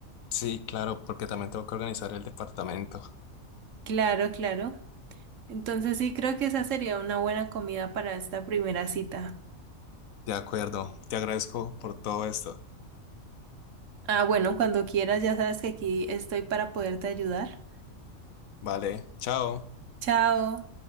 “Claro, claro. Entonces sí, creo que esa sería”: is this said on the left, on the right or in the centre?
Right